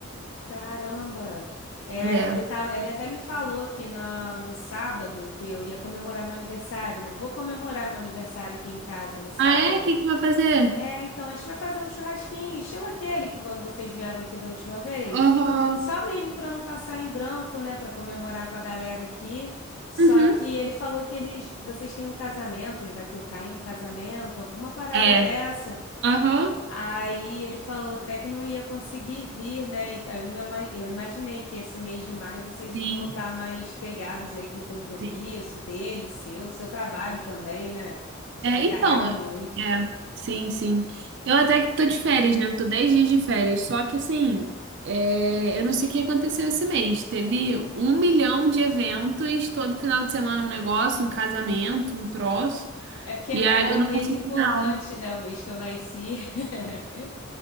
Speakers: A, on the left (about 75°); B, on the right (about 60°).
A: Caramba! É,
B: É.
A: ele tava, ele até me falou que na, no sábado que eu ia comemorar meu aniversário, né? Vou comemorar meu aniversário aqui em casa no sábado.
B: Ah, é? O que que vai fazer?
A: É, então a gente vai fazer um churrasquinho, estilo aquele que quando vocês vieram aqui da última vez.
B: Aham.
A: Só mesmo para não passar em branco, né? Para comemorar com a galera aqui. Só
B: Uhum.
A: que ele falou que eles, vocês têm um casamento, ele vai tocar em um casamento, alguma parada
B: É.
A: dessa.
B: Aham.
A: Aí ele falou até que não ia conseguir vir, né? E aí Eu ima- eu imaginei que esse mês de maio vocês
B: Sim.
A: iriam estar mais pegados aí com o compromisso
B: Sim.
A: dele, seu, seu trabalho também, né? Sobrecarrega
B: É, então, é,
A: muito.
B: sim, sim. Eu até que tô de férias, né? Eu tô 10 dias de férias, só que assim, é, eu não sei o que aconteceu esse mês. Teve um milhão de eventos, todo final de semana um negócio, um casamento, um troço,
A: É porque
B: e
A: maio
B: aí
A: é
B: eu não
A: um mês
B: consegui
A: importante,
B: não.
A: né? O mês que eu nasci. <laughs>